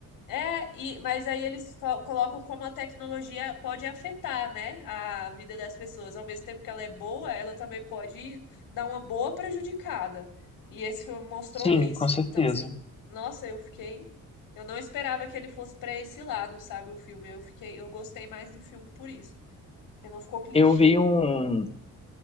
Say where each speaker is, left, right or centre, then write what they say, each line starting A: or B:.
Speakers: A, on the left; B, on the left.
A: é, e, mas aí eles fo- colocam como a tecnologia pode afetar, né, a vida das pessoas. Ao mesmo tempo que ela é boa, ela também pode dar uma boa prejudicada. E esse filme mostrou
B: Sim,
A: isso.
B: com certeza.
A: Então, assim, nossa, eu fiquei. Eu não esperava que ele fosse para esse lado, sabe, o filme. Eu fiquei, eu gostei mais do filme por isso. Porque não ficou clichê.
B: Eu vi um,